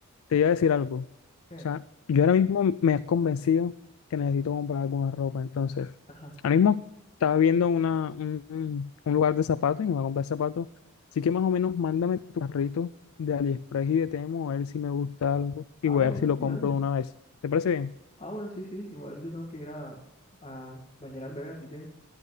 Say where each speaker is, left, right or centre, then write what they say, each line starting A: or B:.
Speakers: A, on the left; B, on the left.
A: te iba a decir algo. O
B: ¿Qué?
A: sea, yo ahora mismo me has convencido que necesito comprar alguna ropa. Entonces,
B: Ajá.
A: ahora mismo estaba viendo una, un, un- un lugar de zapatos y me voy a comprar zapatos. Así que más o menos mándame tu carrito de AliExpress y de Temo a ver si me gusta algo y
B: Ah,
A: voy
B: bueno,
A: a ver si lo
B: sí,
A: compro
B: dale.
A: de una vez. ¿Te parece bien?
B: Ah, bueno, sí, sí, igual yo tengo que ir a, a bañar al bebé, así que